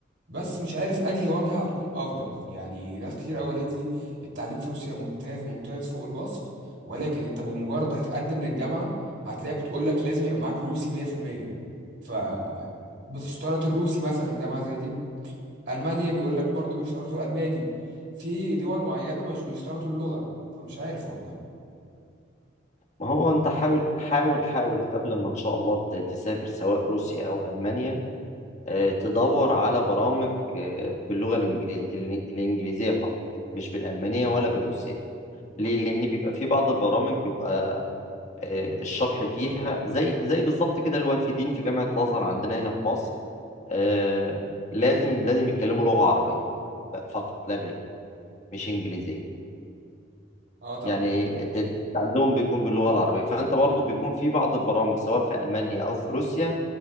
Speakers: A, on the right (about 65°); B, on the left (about 40°).
A: بس مش عارف انهي واجهة هتكون افضل يعني ناس كتير قوي قالت لي التعليم في روسيا ممتاز ممتاز فوق الوصف ولكن انت بمجرد هتقدم للجامعة هتلاقي بتقول لك لازم يبقى معاك روسي 100% ف بتشترط الروسي مثلا جامعة زي دي المانيا بيقول لك برضو بيشترطوا الالماني في دول معينة مش بيشترطوا اللغة فمش عارف والله
B: ما هو انت حاول حاول حاول قبل ما ان شاء الله ت- تسافر سواء روسيا او المانيا آه، تدور على برامج آه، باللغة الإنجلي- الإن- الإنجليزية فقط مش بالألمانية ولا بالروسية ليه؟ لأن بيبقى في بعض البرامج بيبقى آه، الشرح فيها زي زي بالظبط كده الوافدين في جامعة الأزهر عندنا هنا في مصر آه، لازم لازم يتكلموا لغة عربية بقى فقط لا غير مش إنجليزية
A: اه طبعا
B: يعني التدريس عندهم بيكون باللغة العربية فأنت برضو بيكون في بعض البرامج سواء في ألمانيا أو في روسيا